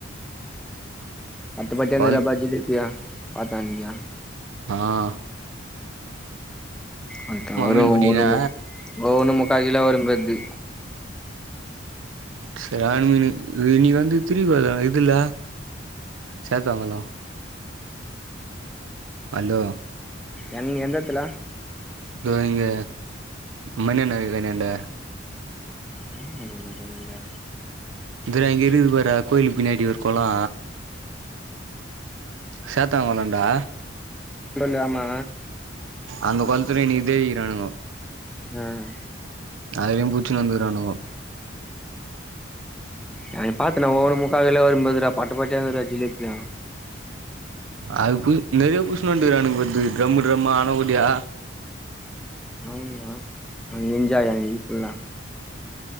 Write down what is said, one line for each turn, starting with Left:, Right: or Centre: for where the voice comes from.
Centre: பட்டு பட்டுனு
Right: கொள்
Centre: ரொம்ப <unintelligible> பாத்த அன்னிகிதா
Right: ஆஹ்
Centre: அது வரு
Right: மீன் புடிக்கினா
Centre: ஒண்ணு ஒ ஒண்ணு முக்கா கிலோ வரும்போல்து
Right: சரியான மீனு இன்னிகி வந்து திரும்வருதா இதுல சேத்தாங்கொளோ அலோ
Centre: என் எந்தடத்துல
Right: தோ இங்க மணி நகர் அண்டான்ட
Centre: எந் மணியன்ன கிண்ணான்ட
Right: ந்ததா இங்க இருக்குது பார்ரா கோயிலுக்கு பின்னாடி ஒரு கொளோ சேத்தா கொளோன்டா
Centre: சொல்லு ஆமா
Right: அந்த குளத்துல இன்னிக்கு தேடிருகிறானுங்கோ
Centre: அஹ்
Right: அதுலயு புச்சுனு வந்துருக்கானுவோ
Centre: அன்னைக்கி பாத்தேண்டா ஒவ்வொன்னு முக்கா கிலோ வரும்போல இருதுடா பட்ட பட்டையா இருந்துதுடா ஜிலேபியு
Right: அது புது நெறைய புஷ்ணு வந்து இரானுங்கபோல தெறிது ட்ரம் ட்ரம்மா அண்ணக்கூடைய
Centre: <unintelligible>